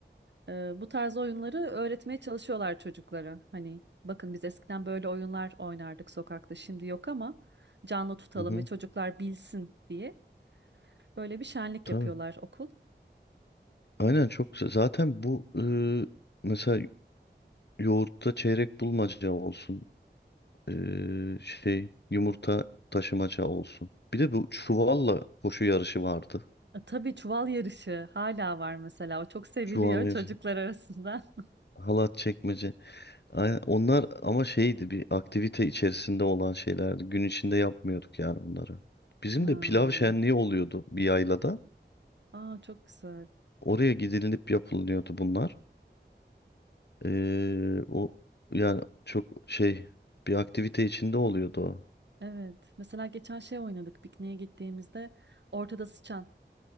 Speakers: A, on the right; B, on the left.
A: Ee, bu tarz oyunları öğretmeye çalışıyorlar çocuklara. Hani bakın biz eskiden böyle oyunlar oynardık sokakta şimdi yok ama canlı tutalım
B: Hı hı.
A: ve çocuklar bilsin diye böyle bir şenlik
B: Tabii.
A: yapıyorlar okul.
B: Aynen çok güzel. Zaten bu eee, mesela yoğurtta çeyrek bulmaca olsun. Ee, şey yumurta taşımaca olsun. Bir de bu çuvalla koşu yarışı vardı.
A: E, tabii çuval yarışı hala var mesela o çok seviliyor
B: Çuval yarışı,
A: çocuklar arasında. <laughs>
B: halat çekmece. Aynen, onlar ama şeydi bir aktivite içerisinde olan şeylerdi. Gün içinde yapmıyorduk yani bunları. Bizim
A: Hmm.
B: de pilav şenliği oluyordu bir yaylada.
A: Aa, çok güzel.
B: Oraya gidilip yapılıyordu bunlar. Ee, o yani çok şey bir aktivite içinde oluyordu o.
A: Evet. Mesela geçen şey oynadık pikniğe gittiğimizde ortada sıçan.